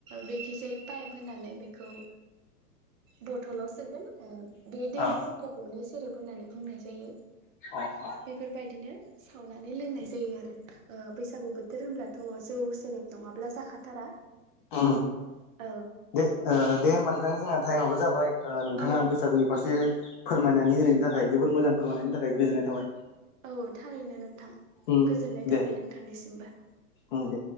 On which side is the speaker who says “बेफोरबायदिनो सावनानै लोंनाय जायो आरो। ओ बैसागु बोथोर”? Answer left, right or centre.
Right